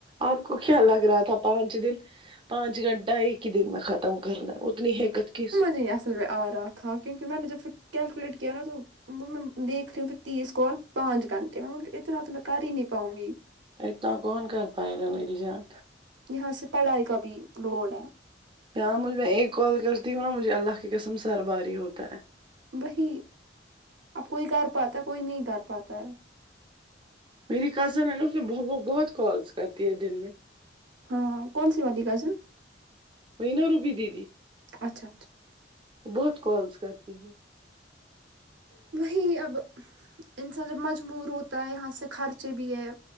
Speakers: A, on the right; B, on the right.
A: آپ کو کیا لگ رہا تھا پانچ دن پانچ گھنٹہ ایک ہی دن میں ختم کرنا اتنی ہے کت کی کس
B: جی اصل میں آرہا تھا کیونکہ میں نے جب پھر کیلکولیٹ کیا نا تو وہ ووہ میں دیکھ رہی تھی پھر تیس کال پانچ گنٹھےپھر میں اتنا تو میں کر ہی نہیں پاؤں گی
A: اتنا کون کر پائے گا میری جان
B: یہاں سے پڑھائی کا بھی روڈ ہے
A: یہاں مجھ میں ایک کال کرتی ہوں نا مجھے اللہ کی قسم سر باری ہوتا ہے
B: وہی اب کوئی کر پاتا ہے کوئی نہیں کر پاتا ہے
A: میری کزن ہے نا وہ وو اسے بہت کالس کرتی ہے دن میں
B: ہاں کون سی والی کزن
A: وہی نا روبی دیدی
B: اچھا اچھا
A: بہت کالس کرتی ہیں
B: وہی اب انسان جب مجبور ہوتا ہے یہاں سے خرچے بھی ہے